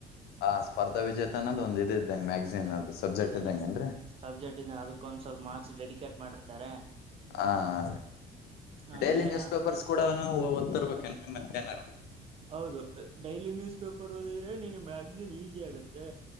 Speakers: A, on the left; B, on the right.
A: ಹಾ ಸ್ಪರ್ಧಾಜೇತ ಅನ್ನೋ ಒಂದ ಇದ್ದಂಗೆ ಮ್ಯಾಗಸಿನ್ ಅದು ಸಬ್ಜೆಕ್ಟ್ ಇದ್ದಂಗ
B: ಮ
A: ಏನ್ರರಿ
B: ಸಬ್ಜೆಕ್ಟ್ ಇದ ಅದಕ್ಕೊ ಒಂದ್ ಸ್ವಲ್ಪ ಮಾರ್ಕ್ಸ್ ಡೆಡಿಕೇಟ್ ಮಾಡಿರ್ತಾರೆ
A: ಹ ರೀ
B: ಆಮೇಲೆ
A: ಡೈಲಿ ನ್ಯೂಸ್ ಪೇಪರ್ಸ್ ಕೂಡನು ಓದ್ತಿರ್ಬೇಕೇನ್ರೀ ಮತ್ತೆ ಏನಾರ
B: ಹೌದು ಡೈಲಿ ನ್ಯೂಸ್ ಪೇಪರ್ ಓದಿದ್ರೆ ನಿನ್ ಮ್ಯಾಗಜಿನ್ ಈಸಿ ಆಗತ್ತೆ